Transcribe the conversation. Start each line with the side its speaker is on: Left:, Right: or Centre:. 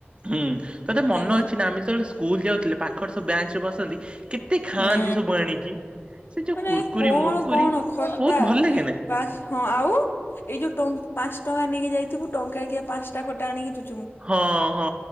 Right: ହୁଁ ତତେ ମନ
Left: ହେଲା
Right: ଅଛି ନା, ଆମେ ଯେତେବେଳେ ସ୍କୁଲ ଯାଉଥିଲେ ପାଖରେ ସବୁ ବ୍ୟାଞ୍ଚ ରେ ବସନ୍ତି ଖାଆନ୍ତି
Left: ହୁଁ।
Right: ସବୁ ଆଣିକି। ସେ ଯୋଉ
Left: ମାନେ
Right: କୁୁରକୁରି
Left: କଣ
Right: ମୁୁରକୁରି
Left: କଣ ଖଟା,
Right: ବହୁତ ଭଲ ଲାଗେ ନା
Left: ପା ହଁ ଆଉ ଏଇ ଯଉ ଟ ପାଞ୍ଚ ଟଙ୍କା ନେଇକି ଯାଇଥିବୁ ଟଙ୍କା କିଆ ପାଞ୍ଚଟା ଖଟା ଆଣିକି, ଚୁ
Right: ହଁ ହଁ